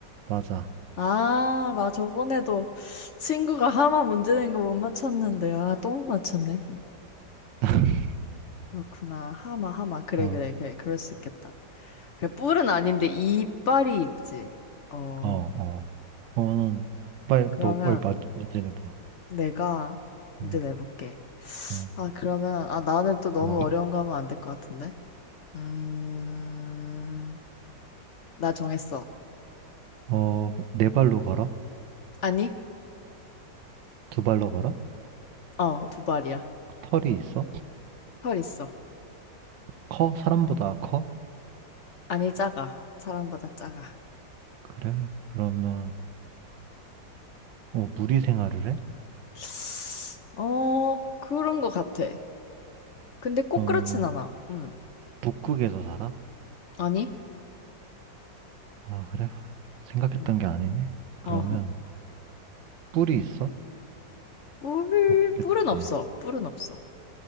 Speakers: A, on the right; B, on the left.
A: 맞아.
B: 아, 나 저번에도 친구가 하마 문제 낸 거 못 맞췄는데, 아, 또 못 맞췄네.
A: <laughs>
B: 그렇구나. 하마, 하마. 그래,
A: 어,
B: 그래, 그래. 그럴 수 있겠다. 그 뿔은 아닌데 이빨이 있지. 어,
A: 어, 어. 그러면은, 빨리,
B: 그러면.
A: 너 빨리 맞, 문제 내봐.
B: 내가 문제
A: 응,
B: 내볼게.
A: 응.
B: 아, 그러면, 아, 나는 또 너무
A: 어,
B: 어려운 거 하면 안 될 것 같은데? 음, 나 정했어.
A: 어, 네 발로 걸어?
B: 아니?
A: 두 발로 걸어?
B: 어, 두 발이야.
A: 털이 있어?
B: 털 있어.
A: 커? 사람보다 커?
B: 아니, 작아. 사람보다 작아.
A: 그래? 그러면, 어, 무리 생활을 해?
B: <sighs> 어, 그런 거 같아. 근데 꼭
A: 그럼,
B: 그렇진 않아. 음,
A: 북극에서 살아?
B: 아니?
A: 아, 그래? 생각했던
B: 음,
A: 게 아니네? 그러면
B: 어,
A: 뿔이 있어?
B: 뿔,
A: 없겠지.
B: 뿔은 없어. 뿔은 없어.